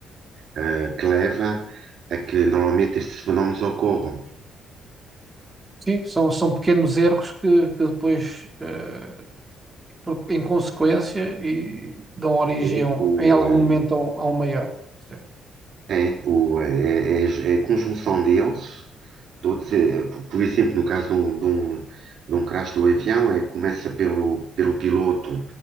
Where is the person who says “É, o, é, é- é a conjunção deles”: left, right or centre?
Right